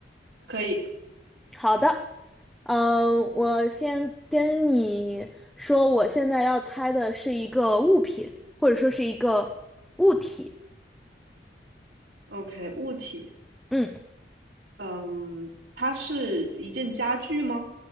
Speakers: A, on the right (about 75°); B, in the centre.
A: 可以
B: 好的。呃，我先跟你说，我现在要猜的是一个物品，或者说是一个物体。
A: ，OK。物体，
B: 嗯，
A: 嗯，它是一件家具吗？